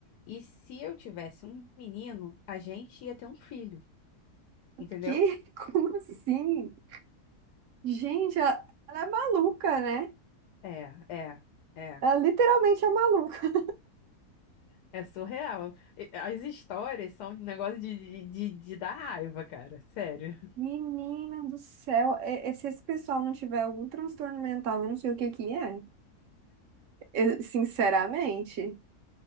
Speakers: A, on the left; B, on the right.
A: E se eu tivesse um menino, a gente ia ter um filho, entendeu?
B: Que? <laughs> Como assim? Gente, ela, ela é maluca, né?
A: É, é, é.
B: Ela literalmente é maluca.
A: É surreal. E- As histórias são um negócio de, de, de de dar raiva, cara, sério.
B: Menina do céu, e- e se esse pessoal não tiver algum transtorno mental, eu não sei o que que é. Eu, sinceramente.